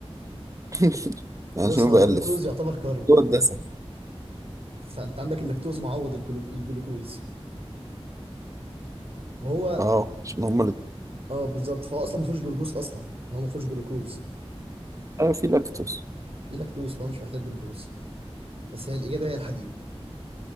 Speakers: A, on the right; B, on the right.
A: <laughs> عشان
B: بص هو
A: بألف
B: الجلوكوز يعتبر كرب
A: هو الدسم
B: فانت عندك اللاكتوز معوض الكلو- الجلوكوز وهو
A: اه عشان هما الاتنين
B: اه بالظبط فهو اصلا ما فيهوش جلوكوز اصلا يعني هو ما فيهوش جلوكوز
A: آه في لاكتوز
B: في لاكتوز فهو مش محتاج جلوكوز بس هي الاجابه هي الحديد